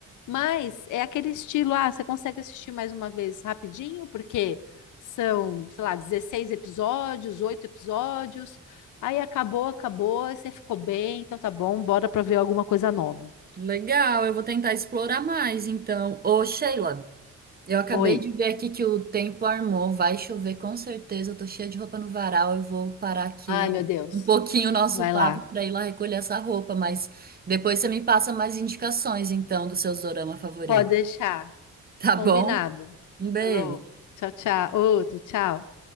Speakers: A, on the left; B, on the right.
A: Mas é aquele estilo, ah, você consegue assistir mais uma vez rapidinho, porque são, sei lá, 16 episódios, 8 episódios. Aí acabou, acabou, aí você ficou bem, então tá bom, bora para ver alguma coisa nova.
B: Legal, eu vou tentar explorar mais, então. Ô, Sheila. Eu acabei
A: Oi.
B: de ver aqui que o tempo armou, vai chover com certeza. Eu tô cheia de roupa no varal, eu vou parar aqui
A: Ai, meu Deus.
B: um pouquinho o nosso
A: Vai
B: papo
A: lá.
B: para ir lá recolher essa roupa, mas depois você me passa mais indicações então dos seus dorama favoritos.
A: Pode deixar.
B: Tá
A: Combinado.
B: bom? Um
A: Falou.
B: beijo.
A: Tchau, tchau. Outro, tchau.